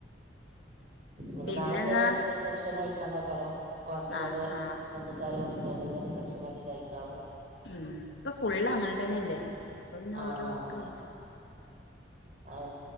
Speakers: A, on the right (about 45°); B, on the left (about 85°).
A: ഇപ്പം
B: പിന്നെന്നാ
A: നാളെ ചെറിയ റിസപ്ഷൻ അയക്കാണ്ടാക്കാരം വാക്കിലെ
B: ആഹ്
A: പോലെ
B: ആഹ്
A: ബന്ധുക്കാരെ വിളിച്ചണ്ടെങ്കിൽ റിസെപ്ഷന ആക്കി കഴിക്കാവും
B: ഉം ഇപ്പൊ ഫുള്ള് അങ്ങനെ തന്നെയല്ലേ അപ്പൊ പിന്നെ
A: ആഹ്
B: ഓരോന്നക്കെ
A: ആഹ്